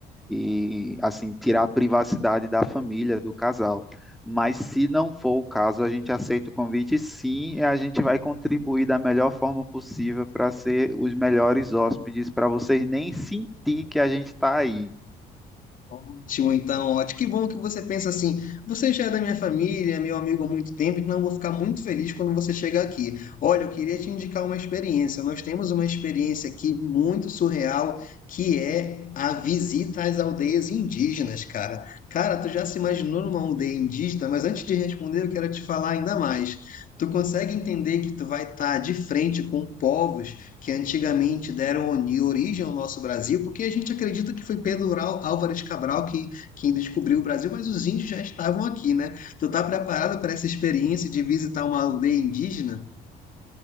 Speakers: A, in the centre; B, on the left.
A: e assim tirar a privacidade da família, do casal. Mas se não for o caso, a gente aceita o convite sim, e a gente vai contribuir da melhor forma possível para ser os melhores hóspedes, para vocês nem sentir que a gente está aí.
B: Ótimo, então, ótimo. Que bom que você pensa assim. Você já é da minha família, é meu amigo há muito tempo, então eu vou ficar muito feliz quando você chegar aqui. Olha, eu queria te indicar uma experiência. Nós temos uma experiência aqui muito surreal, que é a visita às aldeias indígenas, cara. Cara, tu já se imaginou numa aldeia indígena? Mas antes de responder, eu quero te falar ainda mais. Tu consegue entender que tu vai estar de frente com povos que antigamente deram origem ao nosso Brasil, porque a gente acredita que foi Pedro Al- Álvares Cabral que, quem descobriu o Brasil, mas os índios já estavam aqui, né? Tu tá preparado para essa experiência de visitar uma aldeia indígena?